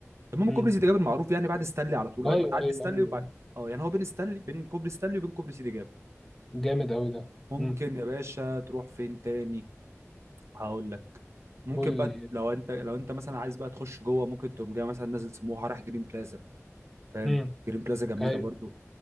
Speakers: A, on the right; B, in the centre.
A: المهم
B: مم.
A: كوبري سيدي جابر معروف يعني بعد ستانلي على طول
B: أيوه
A: اول ما تعدي
B: أيوه
A: ستانلي
B: أيوه
A: وبعد اه يعني هو بين ستانلي بين كوبري ستانلي وبين كوبري سيدي جابر
B: جامد أوي ده
A: ممكن
B: مم.
A: يا باشا تروح فين تاني هقول لك ممكن
B: قول
A: بقى
B: لي
A: لو انت لو انت مثلا عايز بقى تخش جوه ممكن تقوم جاي مثلا نازل سموحه رايح جرين بلازا فاهم
B: مم.
A: جرين بلازا جميله
B: أيوه
A: برضو